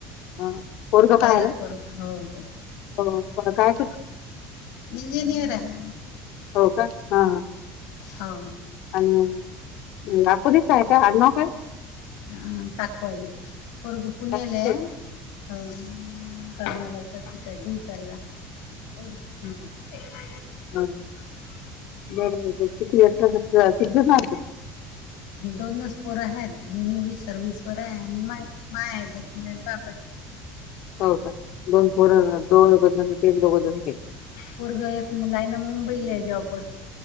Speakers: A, on the left; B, on the left.
A: हा पोरगं
B: पाहिलं
A: पाहायला
B: पोरगं? हो हो.
A: हो. आता काय करू?
B: इंजिनीयर आहे.
A: हो का? हा. हा.
B: हो
A: आणि लाखोलीच आहे का आडनाव काय?
B: हा दाखवायले पोरगं <unintelligible> पुण्याला
A: काय
B: हाय
A: ते?
B: हा कर ना लवकर तिचा जीव चालला. <unintelligible>
A: हम्म बर बर <unintelligible> पिझ्झा मार्केट
B: दोनचं पोर हाय आणि दोन्हीही सर्विस वर हाय आणि <unintelligible>
A: हो का? दोन पोरं <unintelligible>
B: पोरगं एक मुलगा आहे ना मुंबईला आहे जॉबवर.